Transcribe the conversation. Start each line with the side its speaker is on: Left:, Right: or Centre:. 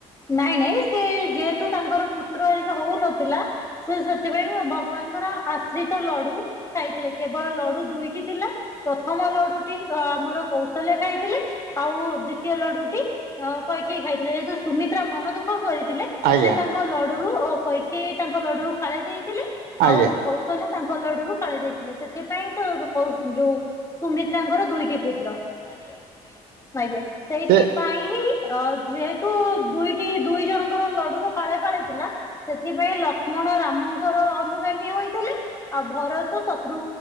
Left: ନାଇଁ ନାଇଁ ସେ ଯେହେତୁ ତାଙ୍କର ପୁ ରିକ ହଉନଥିଲା ସେ ସେଥିପାଇଁ ଭଗବାନଙ୍କର ଆଶ୍ରିତ ଲଡୁ ଖାଇଥିଲେ କେବଳ ଲଡୁ ଦୁଇଟି ଥିଲା ପ୍ରଥମ ଲଡୁଟି ଆମର କୌଶଲ୍ୟ ଖାଇଥିଲେ ଆଉ ଦ୍ୱିତୀୟ ଲଡୁଟି ଅ କହିକି ଖାଇଥିଲେ ଯେହେତୁ ସୁମିତ୍ରା ମନ ଦୁଃଖ କରି ଥିଲେ
Right: ଆଜ୍ଞା
Left: ସେ ତାଙ୍କ ଲଡୁରୁ କହିକେଇ ତାଙ୍କ ଲଡୁରୁ ଫାଳେ ଦେଇ ଥିଲେ
Right: ଆଜ୍ଞା
Left: ଆଉ କୌଶଲ ତାଙ୍କ କଲଡୁରୁ କାଳି ଯାଇଥିଲେ ସେଥିପାଇଁ ତ କ ଯୋଉ ସୁମିତ୍ରାଙ୍କର ଦୁଇଟି ପୁତ ଆଜ୍ଞା ସେଇଥିପାଇଁ
Right: ସେ
Left: ହିଁ ଆ ଯେହେତୁ ଦୁଇଟି ଦୁଇ ଜଣଙ୍କ ର ଲଡୁର ପାଳେ ପାଳେ ଥିଲା ସେଥିପାଇଁ ଲକ୍ଷ୍ମଣ ରାମଙ୍କର ଅନୁଗାମୀ ହୋଇଥିଲେ ଆଉ ଭରତ ଶତ୍ରୁ